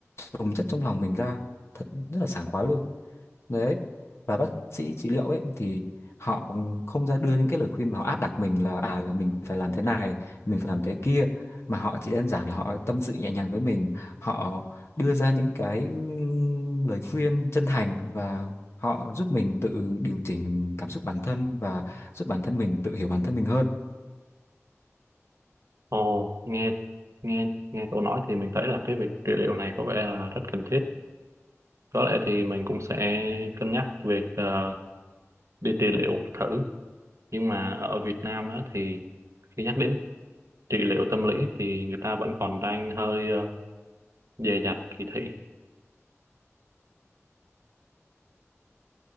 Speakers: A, on the left; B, on the right.
A: chồng chất trong lòng mình ra thật rất là sảng khoái luôn đấy và bác sĩ trị liệu ấy thì họ không ra đưa những cái lời khuyên mà họ áp đặt mình là à là mình phải làm thế này mình phải làm thế kia mà họ chỉ đơn giản là họ tâm sự nhẹ nhàng với mình họ đưa ra những cái ừm, lời khuyên chân thành và họ giúp mình tự điều chỉnh cảm xúc bản thân và giúp bản thân mình tự hiểu bản thân mình hơn
B: Ồ, nghe nghe nghe cậu nói thì mình thấy là cái việc trị liệu này có vẻ là rất cần thiết. Có lẽ thì mình cũng sẽ cân nhắc việc ờ, đi trị liệu thử nhưng mà ở Việt Nam á, thì khi nhắc đến trị liệu tâm lý thì người ta vẫn còn đang hơi ờ, dè dặt kỳ thị